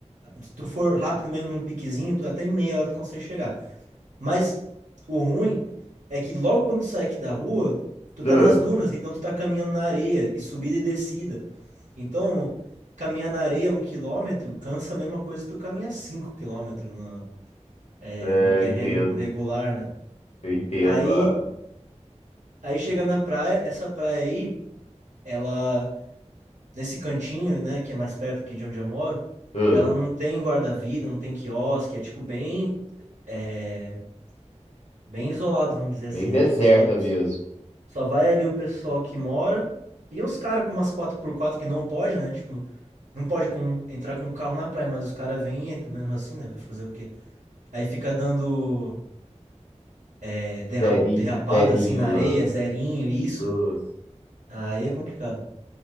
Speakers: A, on the right; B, on the left.
A: Se tu for rápido mesmo num piquezinho, tu, até em meia hora tu consegue chegar. Mas o ruim é que logo quando tu sai aqui da rua, tu tá
B: Ah,
A: nas dunas, então tu tá caminhando na areia e subida e descida. Então, caminhar na areia um quilômetro cansa a mesma coisa que tu caminhar cinco quilômetros no, é,
B: é,
A: num terreno
B: eu entendo,
A: regular, né?
B: eu entendo.
A: Aí,
B: ah,
A: aí chega na praia, essa praia aí, ela, nesse cantinho, né, que é mais perto aqui de onde eu moro,
B: ah,
A: ela não tem guarda-vida, não tem quiosque, é tipo bem, é, bem isolado, vamos dizer assim,
B: bem deserta
A: né? Tipo, só,
B: mesmo.
A: só vai ali o pessoal que mora e uns caras com umas quatro por quatro que não pode, né? Tipo, não pode com, entrar com o carro na praia, mas os caras vêm e entram mesmo assim, né? Vai fazer o quê? Aí fica dando é, derra-
B: Zerinho,
A: derrapada
B: zerinho
A: assim na
B: lá.
A: areia, zerinho, isso.
B: Nossa,
A: Aí é complicado.